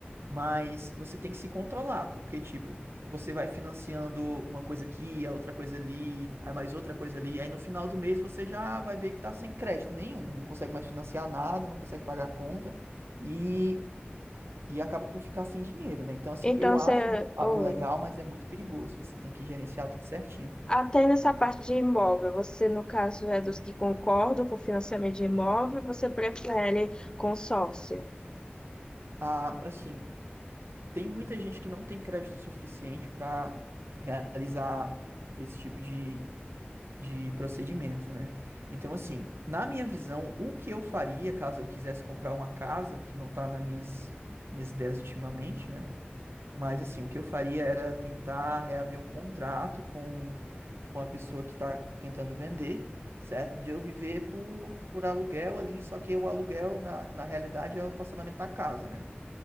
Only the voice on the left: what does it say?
Então,
você.
Oi.
Até nessa parte de imóvel, você, no caso, é
dos que concordam com o financiamento de imóvel, você prefere consórcio?